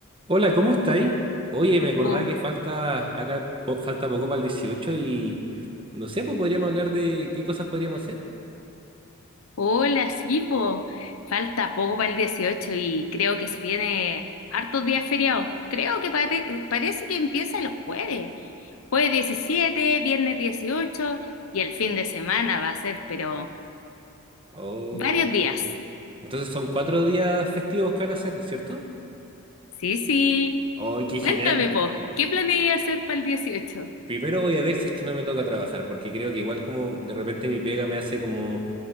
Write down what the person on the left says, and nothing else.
Oh,
hola, sí, po. Falta poco para el 18 y creo que se viene hartos días feriados. Creo que pare- parece que empieza el jueves. Jueves 17, viernes 18 y el fin de semana va a ser, pero
varios días.
Sí, sí.
Cuéntame, po, ¿qué planeas hacer para el 18?